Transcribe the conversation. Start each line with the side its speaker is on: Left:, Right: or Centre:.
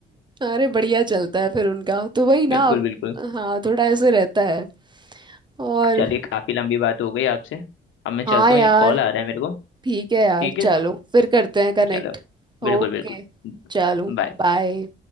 Right: अरे बढ़िया चलता है फिर उनका तो वही ना
Left: बिल्कुल बिल्कुल
Right: हाँ थोड़ा ऐसे रहता है और
Left: चलिए काफी लंबी बात हो गई आपसे अब मैं
Right: हाँ
Left: चलता
Right: यार
Left: हूँ एक कॉल आ रहा है मेरे को
Right: ठीक है यार
Left: ठीक है
Right: चलो फिर करते हैं कनेक्ट
Left: चलो बिल्कुल
Right: ओके
Left: बिल्कुल
Right: चलो
Left: बाय
Right: बाय